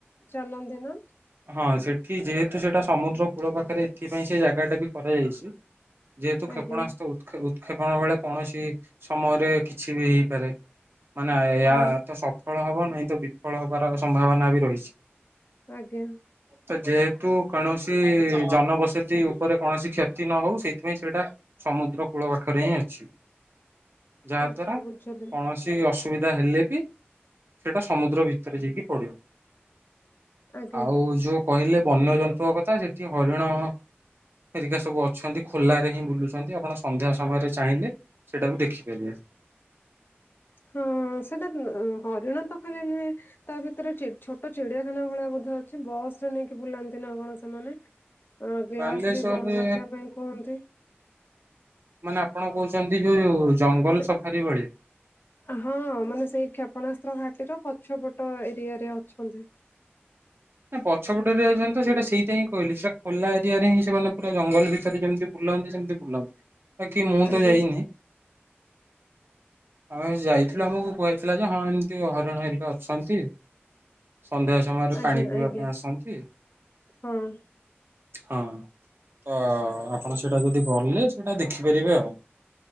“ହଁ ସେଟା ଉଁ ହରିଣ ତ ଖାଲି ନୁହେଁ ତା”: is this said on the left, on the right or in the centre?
Left